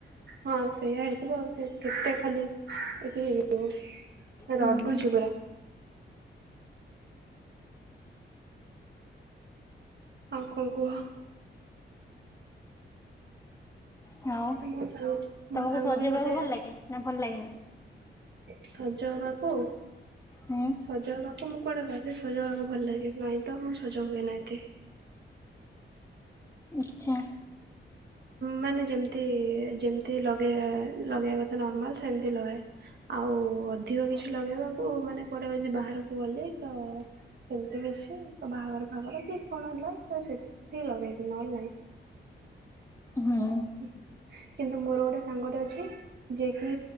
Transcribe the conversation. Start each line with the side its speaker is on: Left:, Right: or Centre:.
Right: ହଁ ସେଇଆ ହେଇଥିବ କେତେ ଖାଲି ଏଠି ହେଇଯଵ
Left: ହୁଁ
Right: ରଡୁଛି ପୁର ଆଉ କଣ କୁହ
Left: ହଉ
Right: ମୋ ସାଙ୍ଗ ମୋ
Left: ତମକୁ
Right: ସାଙ୍ଗ
Left: ସଜହେବାକୁ
Right: ବି ଗୋଟେ
Left: ଭଲ ଲାଗେ ନା ଭଲ ଲାଗେନି
Right: ସଜ ହବାକୁ
Left: ହୁଁ
Right: ସଜହେବାକୁ ମୁଁ କୁଆଡେ ଗଲି ସଜହେବାକୁ ଭଲ ଲାଗେ ନାଇଁ ତ ମୁଁ ସଜ ହୁଏ ନା ଏତେ
Left: ଆଚ୍ଛା
Right: ମାନେ ଯେମତି ଯେମିତି ଲଗେଇ ଲଗେଇବା କଥା ନର୍ମାଲ ସେମତି ଲଗାଏ ଆଉ ଅଧିକ କିଛି ଲଗେଇବାକୁ ମାନେ କୁଆଡେ ଯଦି ବାହାରକୁ ଗଲେ ତ ସେମିତି କିଛି ତ ବାହାଘର ଫଘର କି କଣ ହେଲା ତ ସେଠି ଲଗେଇବି ନହେଲେ ନାଇଁ
Left: ହୁଁ।
Right: କିନ୍ତୁ ମୋର ଗୋଟେ ସାଙ୍ଗଟେ ଅଛି ଯିଏକି